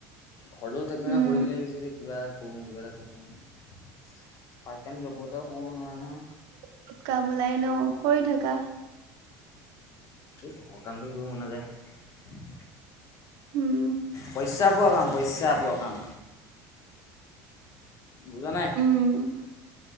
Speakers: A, on the left; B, on the right.
A: ঘৰল থাকি মানে
B: উম
A: বৰিং লাগি গৈছে যে কিবা কৰোং কিবা এটা কৰোং পাৰ্ট টাইম জবতে সোমাব নোৱাৰা নহয়
B: ঘত কাম ওলাই ন কৰি থাকা
A: এ ঘৰকামটো কৰিব মন নাযায়
B: উম
A: পইচা পোৱা কাম পইচা পোৱা কাম বুজা নাই
B: উম